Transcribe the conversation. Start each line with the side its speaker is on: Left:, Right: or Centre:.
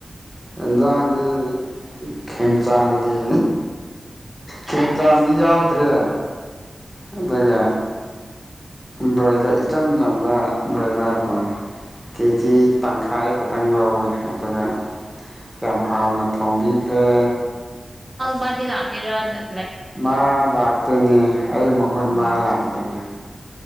Centre: ꯏꯟꯖꯥꯡꯗꯤ ꯈꯦꯝꯆꯥꯟꯒꯤ ꯈꯦꯝꯆꯥꯟꯗꯤ
Right: ꯑꯁ
Centre: ꯌꯥꯎꯗ꯭ꯔꯦ ꯑꯗꯨꯒ ꯕ꯭ꯔꯣꯏꯂꯔ ꯏꯆꯝ ꯆꯝꯕ ꯕ꯭ꯔꯣꯏꯂꯔ ꯀꯣ ꯀꯦꯖꯤ ꯇꯪꯈꯥꯏ ꯈꯤꯇꯪ ꯂꯧꯋꯦ ꯑꯗꯨꯗ ꯌꯥꯝ ꯍꯥꯎꯅ ꯊꯣꯡꯕꯤꯈ꯭ꯔꯦ
Right: ꯕꯥꯗꯤ ꯂꯥꯛꯀ ꯔꯗ
Centre: ꯃꯥ ꯂꯥꯛꯇꯣꯏꯅꯦ ꯑꯩ ꯃꯍꯨꯠ
Right: ꯑꯣ
Centre: ꯃꯥ ꯂꯥꯛꯇꯣꯏꯅꯦ
Right: ꯁꯦ